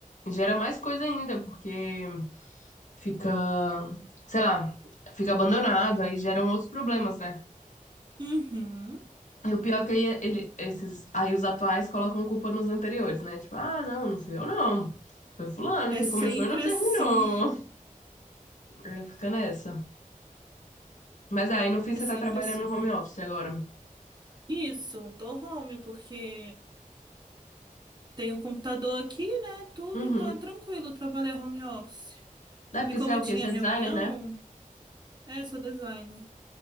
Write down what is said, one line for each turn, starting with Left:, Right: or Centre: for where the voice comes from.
Left: gera mais coisa ainda, porque fica, sei lá, fica abandonado, aí geram outros problemas, né?
Right: Uhum.
Left: E o pior é que aí, ele, esses, aí os atuais colocam culpa nos anteriores, né? Tipo, ah, não, não fui eu, não. Foi fulano
Right: É
Left: que
Right: sempre
Left: começou e não terminou.
Right: assim.
Left: Aí fica nessa. Mas é, aí, no fim, você
Right: É sempre
Left: tá trabalhando
Right: assim.
Left: no home office agora.
Right: Isso, um home, porque tenho o computador aqui, né? Tudo,
Left: Uhum.
Right: então é tranquilo trabalhar home office.
Left: É porque
Right: E como
Left: você é
Right: eu
Left: o
Right: tinha
Left: quê? Você
Right: reunião,
Left: é designer, né?
Right: é, sou designer.